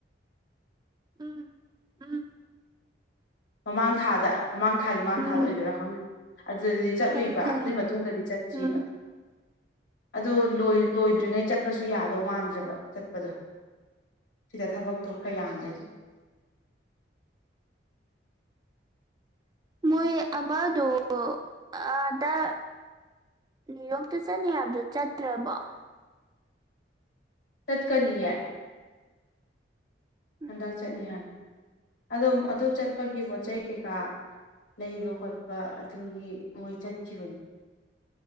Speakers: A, on the right; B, on the left.
A: ꯎꯝ ꯎꯝ
B: ꯃꯃꯥꯡ ꯊꯥꯗ ꯃꯃꯥꯡ ꯊꯥꯏ ꯃꯃꯥꯡ
A: ꯎꯝ
B: ꯊꯥꯗ ꯑꯣꯏꯗꯣꯏꯔ ꯈꯪꯗꯦ ꯑꯗꯨꯗꯗꯤ ꯆꯠꯂꯨꯏꯕ
A: ꯈꯪꯉꯦ ꯈꯪꯉꯦ
B: ꯑꯗꯨꯏ ꯃꯇꯨꯡꯗꯗꯤ ꯆꯠꯇ꯭ꯔꯤꯕ
A: ꯎꯝ
B: ꯑꯗꯨ ꯂꫭꯏ ꯂꯣꯏꯗ꯭ꯔꯤꯉꯩ ꯆꯠꯄꯁꯨ ꯌꯥꯗꯧ ꯃꯥꯟꯗ꯭ꯔꯕ ꯆꯠꯄꯗꯣ ꯁꯤꯗ ꯊꯕꯛꯇꯣ ꯈꯔ ꯌꯥꯝꯕꯒꯤ
A: ꯃꯣꯏ ꯑꯃꯗꯣ ꯑꯥꯗ ꯎꯝ ꯅꫭꯛꯇ ꯆꯠꯅꯤ ꯍꯥꯏꯕꯗꯣ ꯆꯠꯇ꯭ꯔꯕꫭ
B: ꯇꯠꯀꯅꯤꯌꯦ
A: ꯎꯝ
B: ꯍꯟꯗꯛ ꯆꯠꯅꯤ ꯍꯥꯏꯕꯅꯦ ꯑꯗꯨ ꯑꯗꯨ ꯆꯠꯄꯒꯤ ꯄꯣꯠ ꯆꯩ ꯀꯩꯀꯥ ꯂꯩꯕ ꯈꯣꯠꯄ ꯑꯗꯨꯒꯤ ꯃꯣꯏ ꯆꯠꯈꯤꯕꯅꯤ